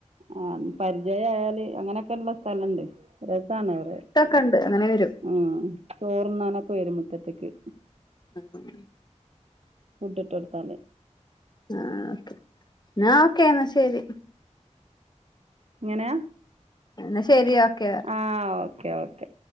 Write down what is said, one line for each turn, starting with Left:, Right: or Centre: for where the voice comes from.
Right: ആഹ് പരിചയായാല് അങ്ങനെക്ക്ള്ള സ്ഥലണ്ട് രസാണ് അവരെ.
Left: ക്കണ്ട് അങ്ങനെ വരും.
Right: ആഹ് ചോറ്ന്നാനൊക്ക വരും മുറ്റത്ത്ക്ക്.
Left: ഉം
Right: ഫുഡ്ഡ് ഇട്ടൊട്ത്താല്.
Left: ആഹ് ഓകെ ഇന്ന ഓക്കെ ഇന്ന ശരി.
Right: ഇങ്ങനയ.
Left: ഇന്ന ശരി ഓക്കെ
Right: ആഹ് ഓക്കെ ഓക്കെ